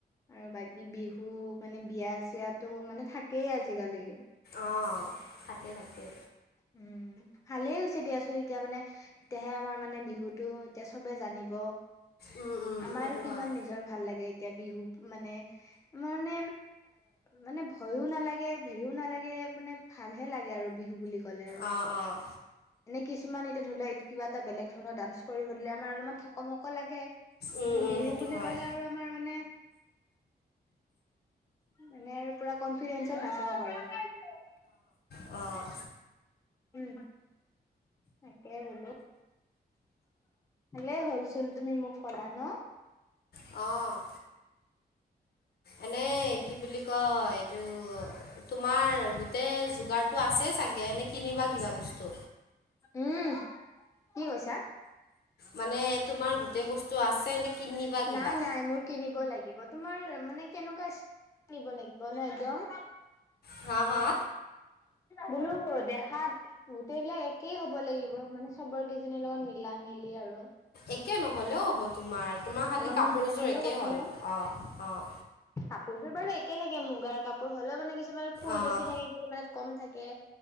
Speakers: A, on the left (about 20°); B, on the left (about 70°).
A: আৰু বাকী বিহু হু মানে বিয়া চিয়াতো মানে থাকেই আজিকালি।
B: অ' থাকে থাকে।
A: উম। ভালেই হৈছে দিয়াচোন, এতিয়া মানে তেতিয়াহে আমাৰ মানে বিহুতটো এতিয়া চবে জানিব।
B: উম উম
A: আমাৰ
B: সেইটো
A: কিমান
B: হয়
A: নিজৰ ভাল লাগে এতিয়া বিহু মানে মানে মানে ভয়ো নালাগে হেৰিও নালাগে মানে ভালহে লাগে আৰু বিহু বুলি। ক'লে আৰু
B: অ', অ'।
A: এনে কিছুমান এতিয়া ধৰি লা কিবা এটা বেলেগ ধৰণৰ ডান্স কৰিব দিলে আমাৰ অলপমান থকমক লাগে।
B: উম
A: নে
B: উম
A: বিহু
B: সেইটো
A: বুলি
B: হয়
A: ক'লে আৰু আমাৰ মানে মানে আৰু পুৰা কনফিডেন্ঞ্চত নাচিব পাৰোঁ।
B: অ'।
A: উম, তকেই বোলো। হ'লে হ'লচোন তুমি মোক কলা ন'।
B: অ'। এনে কি বুলি কয় এইটো তোমাৰ গোটেই যোগাৰ টো আছে চাগে। কিনিবা কিবা বস্তু।
A: উম কি কৈছা?
B: মানে তোমাৰ গোটেই বস্তু আছে। নে কিনিবা কিবা
A: নাই নাই মোৰ কিনিব লাগিব। তোমাৰ মানে কেনেকুৱা স্কি লাগিব নে একদম।
B: হা হা?
A: বোলো দেখাত গোটেইবিলাক একেই হ'ব লাগিব মানে চবৰ কেইজনীৰ লগত মিলা মিলি। মিলি আৰু।
B: একে নহ'লেও হ'ব তোমাৰ তোমাৰ খালী
A: অলপমান
B: কাপোৰযোৰ
A: বেলেগ হ'লেও
B: একেই
A: কথা
B: হ'ল
A: নাই।
B: অ', অ'।
A: কাপোৰযোৰ বাৰু একে থাকে মুগাৰ কাপোৰ হ'লেও মানে কিছুমান ফুল
B: অঁ
A: বেছি থাকে, কিছুমানত কম থাকে।